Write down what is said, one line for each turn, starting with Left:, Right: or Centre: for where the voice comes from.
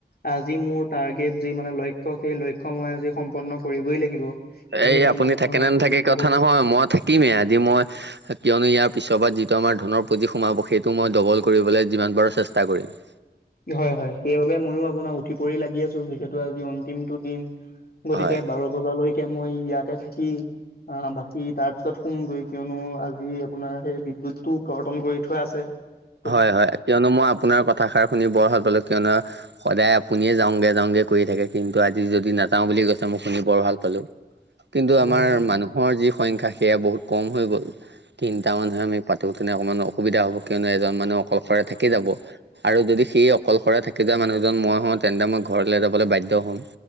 Left: আজি মোৰ টাৰ্গেট যি মানে লক্ষ্য সেই লক্ষ্য মই আজি সম্পূৰ্ণ কৰিবই লাগিব। যিহেতু
Right: এই আপুনি
Left: মোক
Right: থাকে
Left: ধনৰ
Right: নে নেথাকে
Left: পুঁজিৰ বহুত
Right: কথা নহয় মই থাকি থাকিমে আজি মই কিয়নো ইয়াৰ পিছৰ বাৰত যিটো আমাৰ ধনৰ পুঁজি সোমাব সেইটো মই ডবল কৰিবলৈ যিমান পাৰোঁ চেষ্টা কৰিম।
Left: হয় হয়, সেইবাবে ময়ো আপোনাৰ উঠি পৰি লাগি আছোঁ যিহেতু আজি অন্তিমটো দিন। গতিকে
Right: হয়
Left: বাৰ বজালৈকে মই ইয়াতে থাকি। আ বাকী তাৰ পিছত শুমগৈ কিয়নো আজি আপোনাৰ সেই বিদ্যুত টো কৰ্তন কৰি থোৱা আছে। <unintelligible>
Right: হয় হয়, কিয়নো মই আপোনাৰ কথাষাৰ শুনি বৰ ভাল পালোঁ। কিয়নো সদায় আপুনিয়ে যাওঁগে যাওঁগে কৰি থাকে। কিন্তু আজি যদি নাযাওঁ বুলি কৈছে মই শুনি বৰ ভাল পালোঁ। কিন্তু আমাৰ
Left: হয় হয়
Right: মানুহৰ যি সংখ্যা সেয়া বহুত কম হৈ গ'ল। তিনটা মানুহে আমি পা তো তোনে অকণমান অসুবিধা হ'ব। কিয়নো এজন মানে অকলশৰে থাকি যাব আৰু যদি সেই অকলশৰে থাকি যোৱা মানুহজন মই হওঁ তেন্তে মই ঘৰলে যাবলে বাধ্য হম।